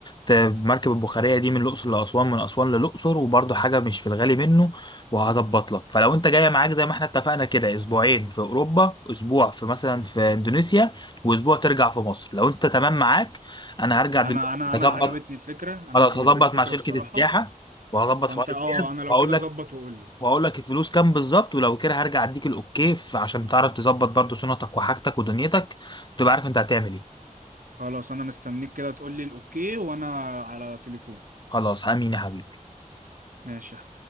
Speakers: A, on the left; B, on the right.
A: ت- مركب البخارية دي من الأقصر لأسوان من أسوان للأقصر وبرضه حاجة مش في الغالي منه وهظبط لك فلو انت جاية معاك زي ما احنا اتفقنا كده اسبوعين في أوروبا اسبوع في مثلا في اندونيسيا واسبوع ترجع في مصر لو انت تمام معاك انا هرجع
B: انا
A: دلوقتي
B: انا
A: هظبط
B: انا عجبتني الفكره انا
A: خلاص
B: عجبتني
A: هظبط
B: الفكره
A: مع شركة
B: الصراحه
A: السياحة وهظبط
B: فانت
A: حوار
B: اه
A: الجهاز
B: انا لو
A: وهقول
B: كده
A: لك
B: ظبط وقول لي
A: واقول لك الفلوس كام بالظبط ولو كده هرجع اديك الاوكي ف- عشان تعرف تظبط برضو شنطك وحاجتك ودنيتك وتبقى عارف انت هتعمل ايه
B: خلاص انا مستنيك كده تقول لي الاوكي وانا على تليفون
A: خلاص امين يا حبيبي
B: ماشي يا